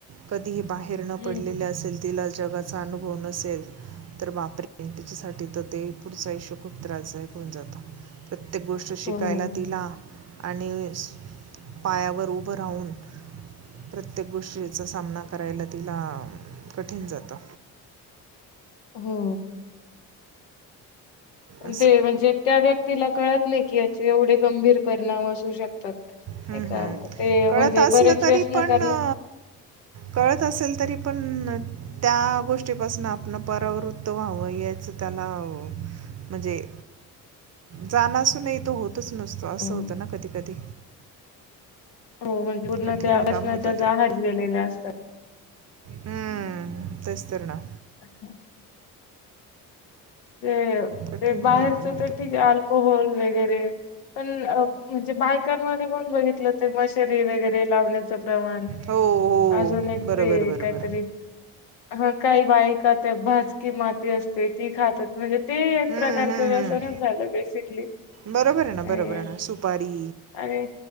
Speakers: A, on the right (about 40°); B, on the left (about 85°).
A: कधीही बाहेर न
B: हम्म.
A: पडलेली असेल तिला जगाचा अनुभव नसेल तर बापरे त्याच्यासाठी तर ते पुढचा आयुष्य खूप त्रासदायक होऊन जात प्रत्येक गोष्ट शिकायला
B: हो
A: तिला आणि पायावर उभं राहून प्रत्येक गोष्टीचा सामना करायला तिला कठीण जातं
B: हो
A: असं
B: ते म्हणजे त्या व्यक्तीला कळत नाही कि याचे एवढे गंभीर परिणाम असू शकते
A: हं,
B: का
A: हं.
B: ते
A: कळत
B: म्हणजे
A: असलं
B: बरेच
A: तरी
B: व्यसन
A: पण
B: करण
A: अ, कळत असेल तरी पण त्या गोष्टीपासून आपण परावृत्त व्हावं यायचं त्याला म्हणजे जाण अस नाही तो होतच नसतो असं
B: हो.
A: होतं ना कधी कधी
B: हो म्हणजे उनण
A: कठीण
B: त्या बसनाच्याच
A: काम होतं
B: आज गेलेल्या असतात
A: हम्म तेस्तरणा
B: ह ते
A: कठीण
B: ते बाहेरच
A: अ, होतं
B: तर ठीक आहे अल्कोहोल वगैरे पण म्हणजे बायकांमध्ये पण बघितलं ते मशरी वगैरे लावण्याच ण
A: हो हो
B: अजून एक
A: बरोबर
B: ते
A: बरोबर
B: काहीतरी हा काय बाक त्या भाजकी माती असते ती खातात म्हणजे ते एक
A: हं,
B: प्रकारचं
A: हं,
B: व्यसनच
A: हं.
B: झालं बेसिकली
A: बरोबर आहे ना
B: आणि
A: बरोबर ना सुपारी
B: आणि